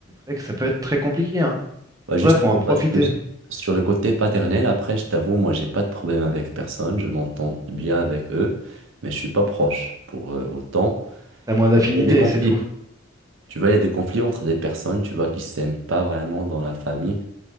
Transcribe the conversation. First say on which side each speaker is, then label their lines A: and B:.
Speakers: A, on the right; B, on the right.
A: c'est très, ça peut être très compliqué, hein.
B: Ouais,
A: Pour
B: justement,
A: ça, faut en profiter.
B: parce que sur le côté paternel, après, je t'avoue, moi, j'ai pas de problème avec personne. Je m'entends bien avec eux, mais je suis pas proche pour euh, autant.
A: T'as moins d'affinité,
B: Il y a des conflits.
A: c'est tout.
B: Tu vois, il y a des conflits entre des personnes, tu vois, qui s'aiment pas vraiment dans la famille.